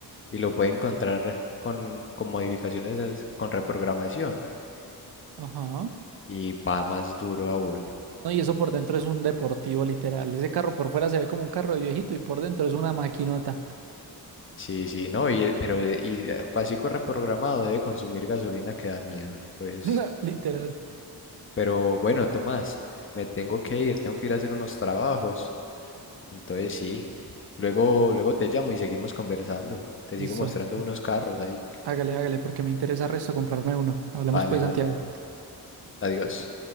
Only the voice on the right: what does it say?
Ajá.
No, y eso por dentro es un deportivo, literal. Ese carro por fuera se ve como un carro de viejito y por dentro es una maquinota.
<laughs> No, Literal.
Listo.
Hágale, hágale, porque me interesa resto comprarme uno. Hablemos
pues,
Santiago.